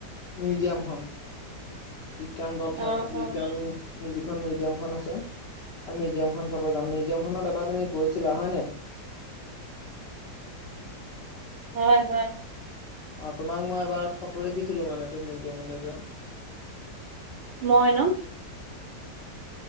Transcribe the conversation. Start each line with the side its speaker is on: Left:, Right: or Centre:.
Left: মিউজিয়াম হল। বিজ্ঞান গ্ৰন্থ
Right: অ',
Left: বিজ্ঞান
Right: অ',
Left: যিখন মিউজিয়ামখন আছে। মিউজিয়ামখন চাব যাম মিউজিয়ামখনত এবাৰ তুমি গৈছিলা হয় নাই। <unintelligible>
Right: হয় হয়।
Left: অ তোমাক মই এবাৰ ফটো দেখিছিলো মানে তুমি মিউজিয়ামলৈ যোৱা।
Right: মই ন?